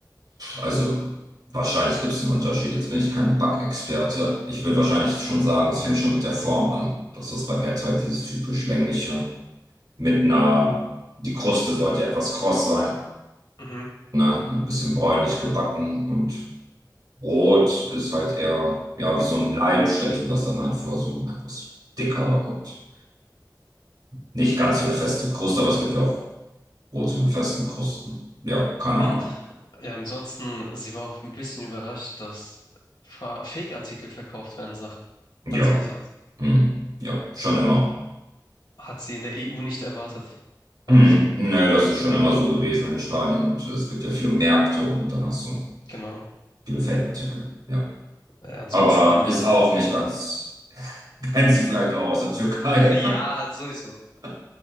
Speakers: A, on the right; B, on the left.
A: Also wahrscheinlich gibt es einen Unterschied. Jetzt bin ich kein Backexperte. Ich würde wahrscheinlich schon sagen, es fängt schon mit der Form an. Dass das Baguette halt dieses typisch längliche mit einer, die Kruste sollte ja etwas kross sein,
B: Mhm.
A: ne? Und ein bisschen bräunlich gebacken und Brot ist halt eher, ja, wie so ein Leib, stelle ich mir das dann halt vor, so ein etwas dicker und nicht ganz so eine feste Kruste, aber es gibt ja auch Brote mit festen Krusten. Ja, keine
B: <clears throat>
A: Ahnung.
B: Ja, ansonsten, sie war auch ein bisschen überrascht, dass Fa- Fake-Artikel verkauft werden, sagt,
A: Ja,
B: hat sie gesagt.
A: hm. Ja, schon immer.
B: Hat sie in der EU nicht erwartet, meinte
A: Hm,
B: sie.
A: nö, das ist schon immer so gewesen in Spanien und es gibt ja viele Märkte und dann hast du
B: Genau.
A: viele Fake-Artikel. Ja.
B: Äh, ansonsten,
A: Aber ist auch nicht ganz, <laughs> kennst du vielleicht auch aus der Türkei.
B: ja, sowieso.
A: <laughs>